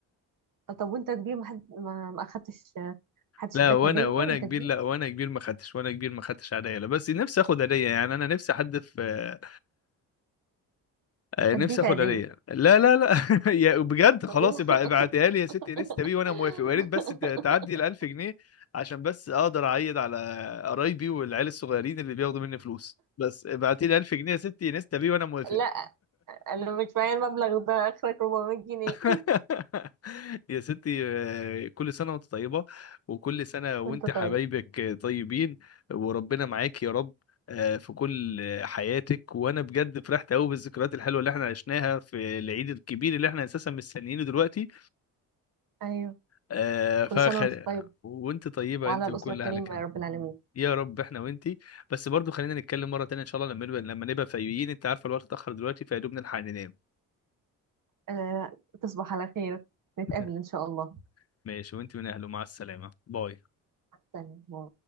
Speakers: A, on the right; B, on the left.
A: طب وانت كبير ما حد ما ما اخدتش ما حدش
B: لا
A: اداك
B: وانا
A: هدية
B: وانا
A: انت
B: كبير
A: كبير
B: لا وانا كبير ما خدتش وانا كبير ما خدتش هديه لا بس نفسي اخد هديه يعني انا نفسي حد في آه،
A: هديك
B: نفسي اخد
A: هدية
B: هديه لا لا لا <laughs> يا بجد خلاص
A: بعدين-
B: ابع- ابعتيها لي يا ستي
A: <laughs>
B: انستا بيه وانا موافق ويا ريت بس ت- تعدي ال 1000 جنيه عشان بس اقدر اعيد على قرايبي والعيال الصغيرين اللي بياخدوا مني فلوس بس ابعتي لي 1000 جنيه يا ستي انستا بيه وانا موافق
A: لا انا مش معايا المبلغ ده اخرك 400 جنيه
B: <laughs> يا ستي آه، كل سنة وانت طيبة وكل سنة وانت
A: وانت طيب
B: حبايبك طيبين وربنا معاك يا رب آه، في كل حياتك وانا بجد فرحت قوي بالذكريات الحلوه اللي احنا عشناها في العيد الكبير اللي احنا اساسا مستنيينه دلوقتي
A: ايوه
B: آه،
A: كل
B: فخ...
A: سنة وانت طيب
B: وانت طيبه
A: وعلى
B: انت
A: الأسرة
B: وكل
A: الكريمة
B: اهلك هنا
A: يا رب العالمين
B: يا رب احنا وانت بس برضو خلينا نتكلم مره تانية ان شاء الله لما نبقى لما نبقى فايقين انت عارفه الوقت اتاخر دلوقتي فيا دوب نلحق ننام
A: أه تصبح على خير نتقابل
B: <laughs>
A: إن شاء الله
B: ماشي وانت من اهله مع السلامه باي
A: تاني